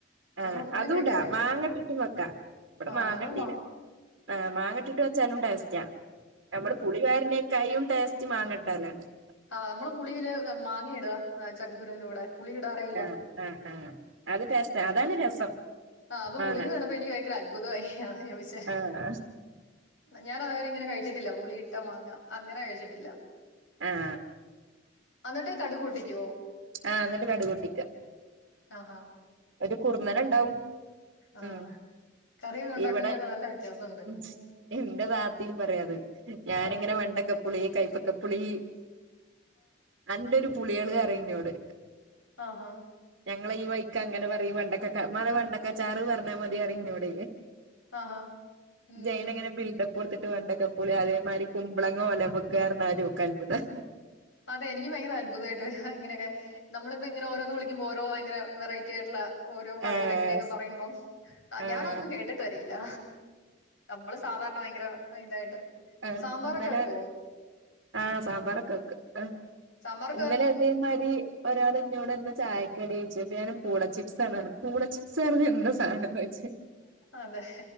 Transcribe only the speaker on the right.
ആ
അതൂടാ
മാങ്ങട്ടിട്ടും വെക്കാ ഇവിടെ
മാങ്ങട്ട
ആ്
മാങ്ങട്ടിട്ട് വെച്ചാലും ടേസ്റ്റ് റ്റ നമ്മള് പുളി പാരുന്നേക്കായും ടേസ്റ്റും മാങ്ങക്കാ അ <unintelligible>
ആഹ് ആഹ് ആഹ് അത് ടേസ്റ്റ് അതാണ് രസം
മാങ്ങ
ആഹ്
ആ
ആ എന്നിട്ട് കടക് പൊട്ടിക്ക
ഒരു കുർന്നന ഉണ്ടാവും
ഉം
ഇവിടെ
ഉ
എന്റെ താത്തിയും പറയാത് ഞാാനിങ്ങനെ
വെണ്ടക്ക പുളി കൈപ്പക്കപുളി അന്റെ ഒരു പുളികള് പറയും എന്നോട്
ങ്ങളെ ഈ വഴി അങ്ങനെ പറ വണ്ടക്കക്ക മളെ വണ്ടക്കച്ചാറ് പറഞ്ഞാ മതി പറയും നിന്നോട
ജൈന എങ്ങനെ ബിൽഡപ്പ്ടുത്തി പട്ട് വണ്ടക്കപ്പൂലെ അതേമാതിരി കുമ്പളങ്ങോ ഓലം വെക്കാന്ന് പറഞ്ഞാലും അത്ഭുതം
ആഹ്
ആഹ്
ആ
ഇന്നലെ
ആ സാമ്പാറൊക്കെ വക്കും ആ
ഇന്നാലെ അതേ
മാരി ഒരാൾ ഇന്നോട് ന്താ ചായക്ക കടി ഞൻ പൂള ചിപ്സാണ്ണ് പൂളചിപ് സാർന്ന് എന്താ സാധനംന്ന് വോച്ച